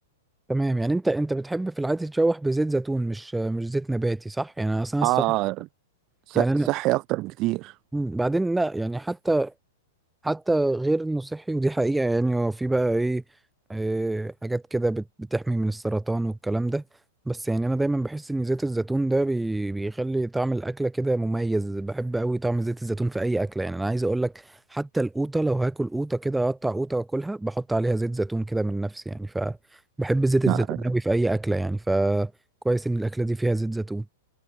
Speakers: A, in the centre; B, on the right.
A: تمام يعني انت انت بتحب في العادي تشوح بزيت زيتون مش مش زيت نباتي صح يعني انا اصلا الصبح
B: آه آه، ص-
A: يعني انا
B: صحي أكتر بكتير
A: مم، بعدين لا يعني حتى حتى غير انه صحي ودي حقيقة يعني هو في بقى ايه آه، حاجات كده بت- بتحمي من السرطان والكلام ده بس يعني انا دايما بحس ان زيت الزيتون ده بي- بيخلي طعم الاكلة كده مميز بحب قوي طعم زيت الزيتون في اي اكلة يعني انا عايز اقول لك حتى القوطة لو هاكل قوطة كده اقطع قوطة واكلها بحط عليها زيت زيتون كده من نفسي يعني فبحب زيت الزيتون
B: لا
A: قوي في اي اكلة يعني فكويس ان الاكلة دي فيها زيت زيتون